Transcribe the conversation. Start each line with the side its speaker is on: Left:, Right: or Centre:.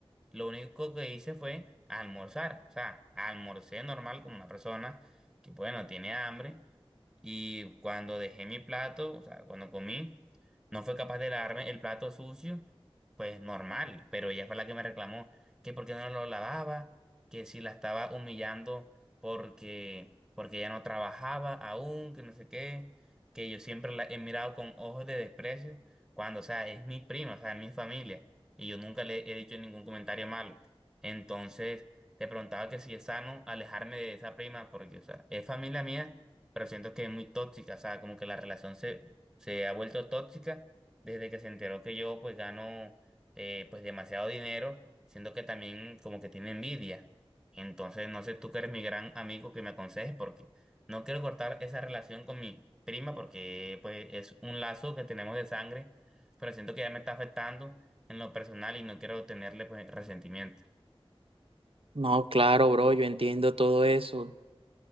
Centre: lo único que hice fue almorzar. O sea, almorcé normal como una persona que, bueno, tiene hambre. Y cuando dejé mi plato, o sea, cuando comí, no fue capaz de lavarme el plato sucio, pues normal, pero ella fue la que me reclamó que por qué no lo lavaba, que si la estaba humillando porque porque ella no trabajaba aún, que no sé qué, que yo siempre la he mirado con ojos de desprecio, cuando, o sea, es mi prima, o sea, es mi familia, y yo nunca le he dicho ningún comentario malo. Entonces, te preguntaba que si es sano alejarme de esa prima, porque, o sea, es familia mía pero siento que es muy tóxica, o sea, como que la relación se, se ha vuelto tóxica desde que se enteró que yo pues gano eh, pues demasiado dinero, siento que también como que tiene envidia. Entonces, no sé tú que eres mi gran amigo que me aconsejes porque no quiero cortar esa relación con mi prima porque pues es un lazo que tenemos de sangre, pero siento que ya me está afectando en lo personal y no quiero tenerle pues resentimiento.
Right: No, claro, bro, yo entiendo todo eso.